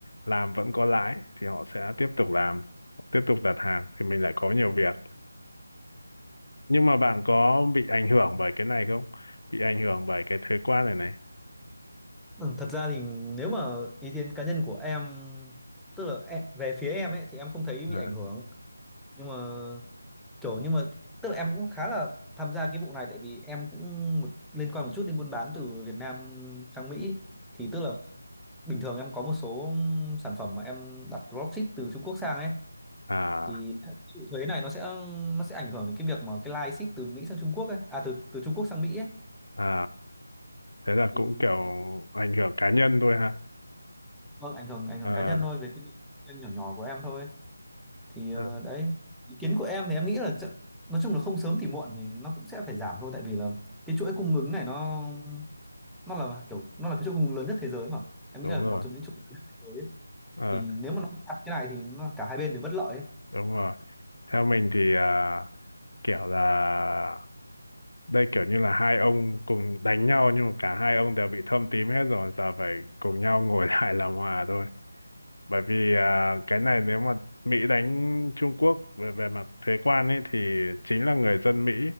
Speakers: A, on the left (about 85°); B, in the centre.
A: làm vẫn có lãi thì họ sẽ tiếp tục làm tiếp tục đặt hàng thì mình lại có nhiều việc nhưng mà bạn có
B: Ờ,
A: bị ảnh hưởng bởi cái này không bị ảnh hưởng bởi cái thuế quan này này
B: ừ, thật ra thì nếu mà ý kiến cá nhân của em tức là em, về phía em ấy thì em không thấy bị
A: à
B: ảnh hưởng nhưng mà kiểu nhưng mà tức là em cũng khá là tham gia cái vụ này tại vì em cũng một, liên quan một chút đến buôn bán từ Việt Nam sang Mỹ thì tức là bình thường em có một số sản phẩm mà em đặt dropship từ Trung Quốc sang ấy
A: à,
B: thì chịu thuế này nó sẽ nó sẽ ảnh hưởng đến cái việc mà cái line ship từ Mỹ sang Trung Quốc ấy à từ từ Trung Quốc sang Mỹ ấy
A: à. thế là
B: thì
A: cũng kiểu ảnh hưởng cá nhân thôi ha
B: vâng ảnh hưởng ảnh
A: Ờ,
B: hưởng cá nhân thôi về cái doanh nhỏ nhỏ của em thôi thì
A: Ừ.
B: ờ, đấy ý kiến của em thì em nghĩ là chợ- nói chung là không sớm thì muộn thì nó cũng sẽ phải giảm thôi tại vì là cái chuỗi cung ứng này nó nó là kiểu nó là cái chuỗi cung ứng lớn nhất thế giới mà em
A: đúng
B: nghĩ là
A: rồi
B: một trong những chuỗi lớn nhất thế giới ấy.
A: Ờ.
B: thì nếu mà nó chặt cái này thì nó, cả hai bên đều bất lợi ấy.
A: đúng rồi theo mình thì à, kiểu là đây kiểu như là hai ông cùng đánh nhau nhưng mà cả hai ông đều bị thâm tím hết rồi giờ phải cùng nhau ngồi <laughs> lại làm hòa thôi bởi vì à, cái này nếu mà Mỹ đánh Trung Quốc về về mặt thuế quan ấy thì chính là người dân Mỹ